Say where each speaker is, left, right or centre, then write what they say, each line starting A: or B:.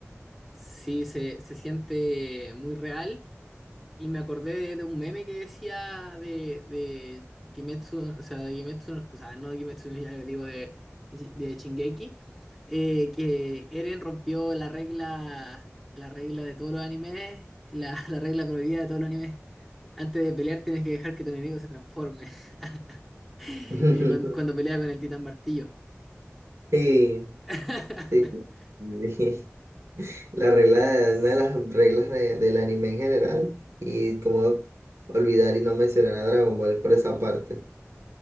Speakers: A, in the centre; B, on the right.
A: Sí, se, se siente muy real. Y me acordé de, de un meme que decía de, de Kimetsu, o sea, de Kimetsu, o sea, no de Kimetsu, ya digo de, de Shingeki, eh, que Eren rompió la regla, la regla de todos los animes, la, <laughs> la regla prohibida de todos los animes. Antes de pelear tienes que dejar que tu enemigo se transforme, <laughs>
B: <laughs>
A: eh, cuando, cuando pelea con el Titán Martillo.
B: Sí,
A: <laughs>
B: sí. sí. <laughs> La regla, una de las reglas de- del anime en general. Y como olvidar y no mencionar a Dragon Ball por esa parte.